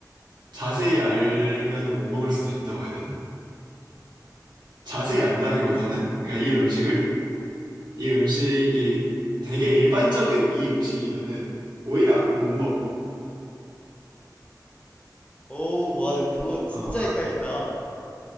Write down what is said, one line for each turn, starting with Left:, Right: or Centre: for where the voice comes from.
Right: 자세히 알면은 못 먹을 수도 있다고 해야 되나? 자세히 안다기보다는 그러니까 이 음식을 이 음식이 되게 일반적인 이 음식이면은 오히려 못 먹어.
Left: 오우 <laughs> 와 그거 진짜
Right: 어. <laughs>
Left: 헷갈린다